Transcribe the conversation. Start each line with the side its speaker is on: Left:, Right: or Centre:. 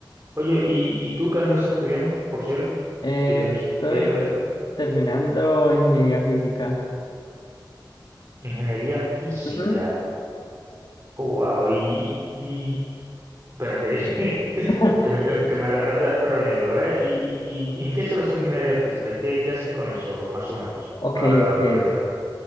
Right: Oye, ¿y, y tú qué andas estudiando, por cierto?
Left: Eh,
Right: Que tienes
Left: estoy
Right: viajes de tal.
Left: terminando ingeniería física.
Right: Ingeniería física.
Left: Ujú.
Right: Oh, wow. Y, y, y- espérate, <laughs>
Left: <laughs>
Right: que me, que, que me agarraste desprevenido, ¿eh? ¿Y, y- y en qué se basa la ingeniería física? ¿Qué, qué haces con eso, más o menos,
Left: Ok,
Right: para
Left: ok.
Right: orientarme?